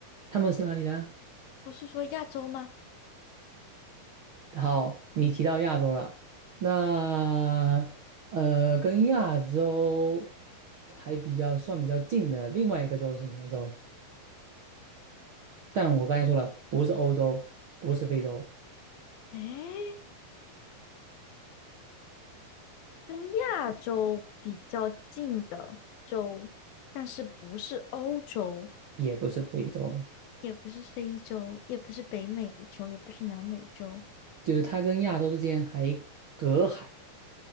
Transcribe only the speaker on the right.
他们是哪里的啊
好，你提到亚洲了，那呃，跟亚洲还比较算比较近的另外一个洲是什么洲？但我刚才说了，不是欧洲，不是非洲，
也不是非洲，
就是它跟亚洲之间还隔海，